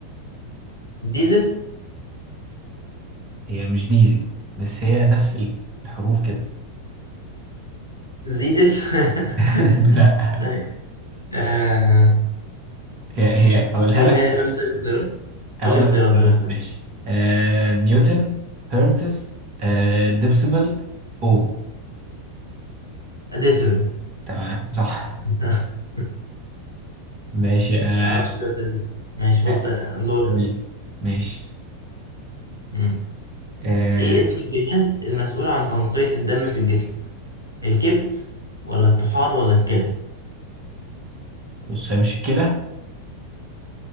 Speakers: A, on the right; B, on the right.
A: ديزل
B: هي مش ديزل بس هي نفس الحروف كده
A: زيد الف
B: <laughs>
A: <laughs>
B: لا
A: ثانية. آه...
B: هي هي أقولها
A: قولها
B: لك
A: قول لي طيب اختيارات
B: هقول
A: قول لي اختيارات
B: لك اختيارات
A: قول لي اختيارات
B: ماشي أه... نيوتن هرتز أه... ديبسيبل أوم
A: ديسبل
B: تمام صح
A: <laughs>
B: ماشي أه...
A: معرفش ليه بتاع ديسبل ماشي بص
B: آه،
A: دوري
B: قول
A: بقى.
B: لي ماشي
A: مم.
B: أه...
A: ايه اسم الجهاز المسؤول عن تنقية الدم في الجسم الكبد ولا الطحال ولا الكلى
B: بص هي مش الكلى